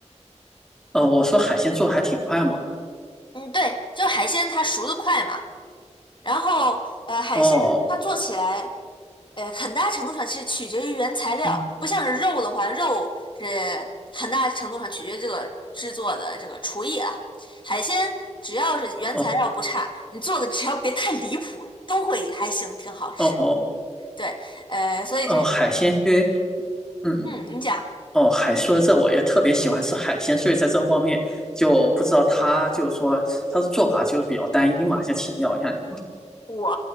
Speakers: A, in the centre; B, on the left.
A: 哦，我说海鲜做的还挺快嘛，
B: 嗯对，就海鲜它熟的快嘛，然后呃海鲜它做起来。
A: 哦，
B: 呃，很大程度上是取决于原材料，
A: 嗯，
B: 不像是肉的话，肉是很大程度上取决于这个制作的这个厨艺啊。海鲜只要是原材料不差，
A: 哦
B: 你做的只要别太离谱，都会还行，挺好吃。
A: 哦哦
B: 对，呃，所以这是我，
A: 哦，海鲜，因为嗯。
B: 嗯，你讲。
A: 哦，海说这我也特别喜欢吃海鲜，所以在这方面就不知道他就是说他的做法就是比较单一嘛，想请教一下您。
B: 我